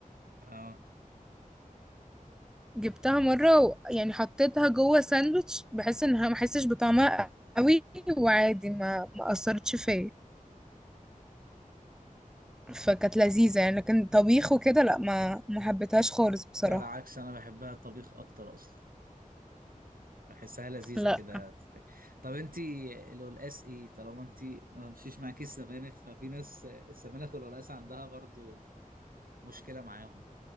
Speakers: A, on the right; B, in the centre.
A: آه
B: جبتها مره و... يعني حطيتها جوه ساندوتش بحيث انها ما احسش بطعمها قوي وعادي ما ما اثرتش فيا فكانت لذيذه يعني لكن طبيخ وكده لا ما ما حبيتهاش خالص بصراحه
A: بالعكس انا بحبها طبيخ اكتر اصلا بحسها لذيذه
B: لا
A: كده طب انت القلقاس ايه طالما انت ما مشيش معاكي السبانخ ففي ناس السبانخ والقلقاس عندها برضو مشكله معاهم